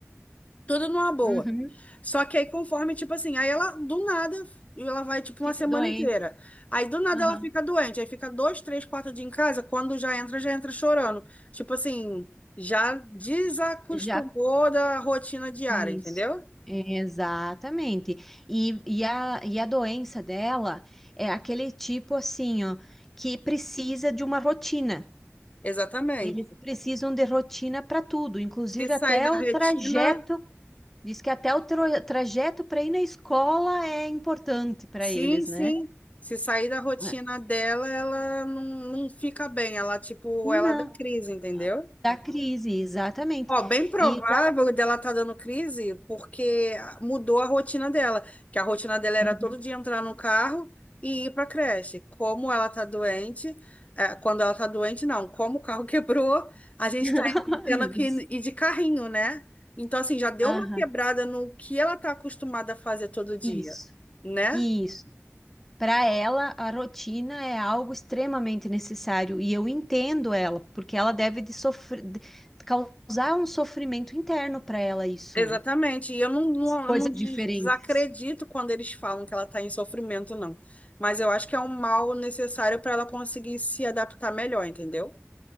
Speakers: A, on the left; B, in the centre.
A: tudo numa boa.
B: uhum.
A: Só que aí conforme, tipo assim, aí ela do nada, ela vai tipo
B: Fica
A: uma semana
B: doente.
A: inteira. Aí do nada
B: Uhum.
A: ela fica doente, aí fica dois, três, quatro dias em casa, quando já entra, já entra chorando. Tipo assim, já desacostumou
B: Já
A: da rotina diária,
B: isso.
A: entendeu?
B: Exatamente. E, e, a, e a doença dela é aquele tipo assim, ó, que precisa de uma rotina.
A: Exatamente.
B: Eles precisam de rotina para tudo, inclusive
A: Se sair
B: até
A: da
B: o
A: retina
B: trajeto. Diz que até o tra- trajeto para ir na escola é importante para
A: Sim,
B: eles,
A: sim.
B: né?
A: Se sair da rotina
B: É.
A: dela, ela não, não fica bem. Ela, tipo,
B: Não,
A: ela dá crise, entendeu?
B: da crise, exatamente.
A: Ó, bem provável
B: E exa-
A: dela tá dando crise porque mudou a rotina dela. Que a rotina dela era
B: Uhum.
A: todo dia entrar no carro e ir pra creche. Como ela tá doente, é, quando ela tá doente, não. Como o carro <laughs> quebrou, a gente
B: <laughs>
A: tá indo- tendo
B: Ai, meu Deus.
A: que ir de carrinho, né? Então, assim, já deu
B: Aham,
A: uma quebrada no que ela tá acostumada a fazer todo dia,
B: Isso,
A: né?
B: isso. Para ela, a rotina é algo extremamente necessário e eu entendo ela, porque ela deve de sofrer, de- causar um sofrimento interno para ela isso,
A: Exatamente.
B: né?
A: E eu não, não,
B: Coisas
A: eu não des-
B: diferentes.
A: desacredito quando eles falam que ela está em sofrimento, não. Mas eu acho que é um mal necessário para ela conseguir se adaptar melhor, entendeu?